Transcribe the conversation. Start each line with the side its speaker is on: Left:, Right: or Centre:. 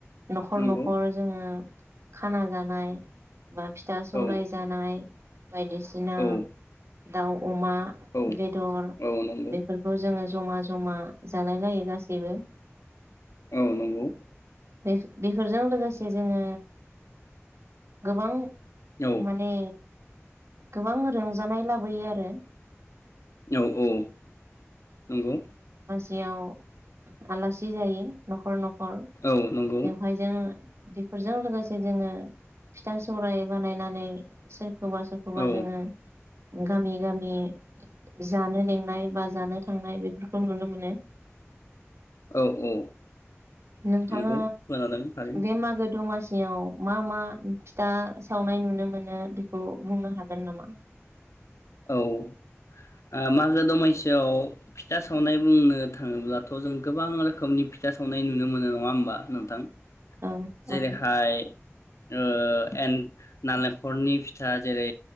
Right: न'खर
Left: नंगौ
Right: न'खर जोङो खाना जानाय बा फिथा सौराय
Left: औ
Right: जानाय। बायदिसिना
Left: औ
Right: दाउ, अमा
Left: औ
Right: बेदर
Left: औ नंगौ
Right: बेफोरखौ जोङो जमा जमा जालाय लायो गासिबो।
Left: औ नंगौ।
Right: बेफो-बेफोरजों लोगोसे जोङो गोबां
Left: औ
Right: माने गोबां रंजानाय लाबोयो आरो।
Left: औ औ नंगौ।
Right: याव आलासि जायो न'खर न खर।
Left: औ नंगौ
Right: बेवहाय जों बेफोरजों लोगोसे जोङो फिथा सौराय बानायनानै सो रखौबा सोरखौबा
Left: औ
Right: जोङो गामि गामि जानो लेंनाय बा जानो थांनाय बेफोरखौ नुनो मोनो।
Left: औ औ।
Right: नोंथाङा
Left: नंगौ खोनादों थारैनो
Right: बे मागो दमासि याव मा मा फिथा सावनाय नुनो मोनो बेखौ बुंनो हागोन नामा?
Left: औ, ओ मागो दमासियाव फिथा सावनाय बुंनो थाङोब्लाथ' जों गोबां रोखोमनि फिथा सावनाय नुनो मोनो नङा होमबा नोंथां?
Right: औ
Left: जेरैहाय
Right: औ।
Left: ओ एन नालेंखरनि फिथा जेरै